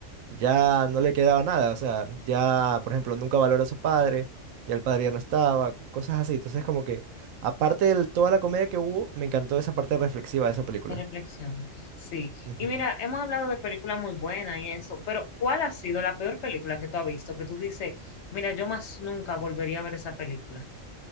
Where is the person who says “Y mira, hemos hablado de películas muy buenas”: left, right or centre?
Left